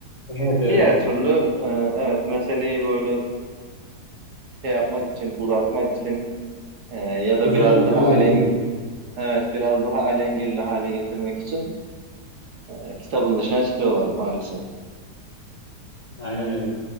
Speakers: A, on the left; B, on the right.
A: Evet
B: Yani
A: evet.
B: Diğer türlü e, evet meseleyi böyle şey yapmak için, uzatmak için e, ya da
A: Uzattıkça
B: biraz daha
A: uzatıyorlar.
B: alen evet biraz daha alengirli hale getirmek için e, kitabın dışına çıkıyorlar maalesef.
A: Aynen öyle.